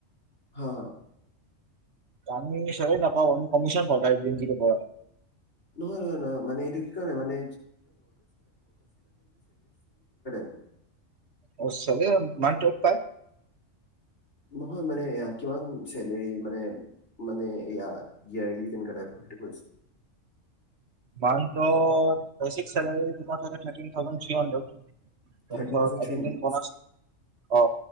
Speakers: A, on the left (about 60°); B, on the right (about 60°).
A: হ হ
B: মি সে নাপওঁ কমিশন প দিন কতি পা
A: নহয় নহয় নহ মান এইটো কি ন মানে ৱ
B: অ চাগ মানট পায়
A: নহয় মানে কিমান মানে মানেলি তেনেটাইপ স
B: মান বেিকাৰ তোমাৰ থ থ থড্ৰড
A: থাৰ্টিন
B: ত ঘৰত
A: থাউজেণ্ড
B: আৰ্জেণ্টাইন
A: থ্ৰী হাণ্ড্ৰেড
B: বনছ অ